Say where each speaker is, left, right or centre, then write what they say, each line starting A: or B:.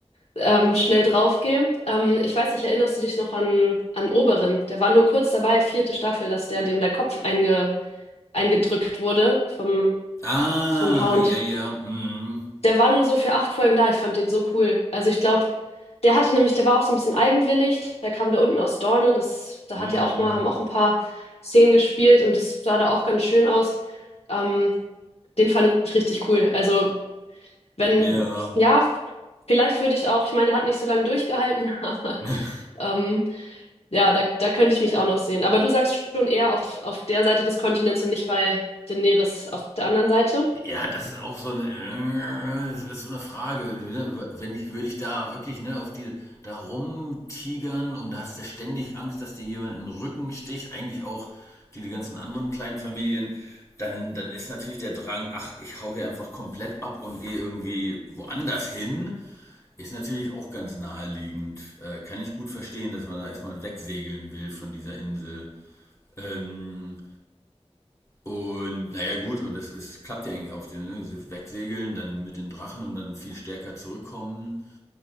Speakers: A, on the left; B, on the left.
A: ähm, schnell draufgehe. Ähm, ich weiß nicht, erinnerst du dich noch an, an Oberyn? Der war nur kurz dabei, vierte Staffel, dass der dem der Kopf einge, eingedrückt wurde vom,
B: Hm. Ah,
A: vom Hound.
B: ja, ja. Hm.
A: Der war nur so für acht Folgen da. Ich fand den so cool. Also ich glaube, der hatte nämlich, der war auch so ein bisschen eigenwillig. Der kam da unten aus Dorne. Das, da
B: Hm.
A: hat ja auch mal, haben auch ein paar Szenen gespielt und das sah da auch ganz schön aus. Ähm, den fand ich richtig cool. Also wenn,
B: Ja.
A: ja, vielleicht würde ich auch, ich meine, er hat nicht so lange durchgehalten, <laughs> aber
B: <laughs>
A: ähm, ja, da, da könnte ich mich auch noch sehen. Aber du sagst schon eher auf, auf der Seite des Kontinents und nicht bei Daenerys auf der anderen Seite.
B: Ja, das ist auch so eine, äh, das ist so eine Frage. Ne? Wenn ich, würde ich da wirklich ne, auf die da rumtigern und da hast du ständig Angst, dass dir jemand in den Rücken sticht, eigentlich auch die, die ganzen anderen kleinen Familien, dann, dann ist natürlich der Drang, ach, ich hau hier einfach komplett ab und gehe irgendwie woanders hin, ist natürlich auch ganz naheliegend. Äh, kann ich gut verstehen, dass man da erstmal wegsegeln will von dieser Insel. Ähm, und naja, gut, und das ist, klappt ja eigentlich auf dem, ne? Sie Wegsegeln, dann mit den Drachen und dann viel stärker zurückkommen.